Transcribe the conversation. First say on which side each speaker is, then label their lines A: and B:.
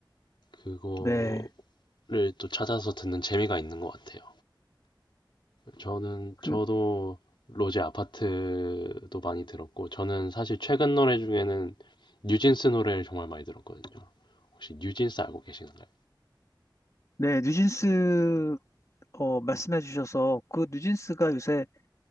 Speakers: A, on the left; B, on the left.
A: 그거를
B: 네.
A: 또 찾아서 듣는 재미가 있는 것 같아요. 저는 저도
B: 그
A: 로제 아파트도 많이 들었고 저는 사실 최근 노래 중에는 뉴진스 노래를 정말 많이 들었거든요. 혹시 뉴진스 알고 계시는가요?
B: 네, 뉴진스 어, 말씀해 주셔서 그 누진스가 요새